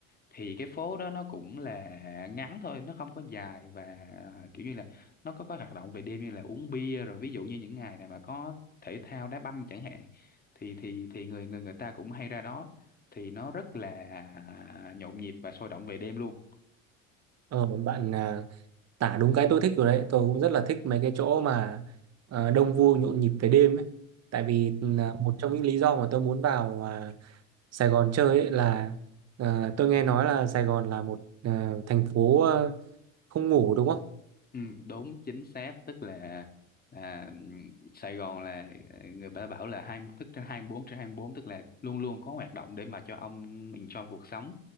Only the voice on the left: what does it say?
thì cái phố đó nó cũng là ngắn thôi nó không có dài và kiểu như là nó có có hoạt động về đêm như là uống bia rồi ví dụ như những ngày này mà có thể thao đá banh chẳng hạn thì thì thì người người người ta cũng hay ra đó thì nó rất là nhộn nhịp và sôi động về đêm luôn
Ừ, đúng chính xác tức là là ừm, Sài Gòn là ờ, người ta bảo là hai thức trên 24 trên hai mươi bốn tức là luôn luôn có hoạt động để mà cho ông enjoy cuộc sống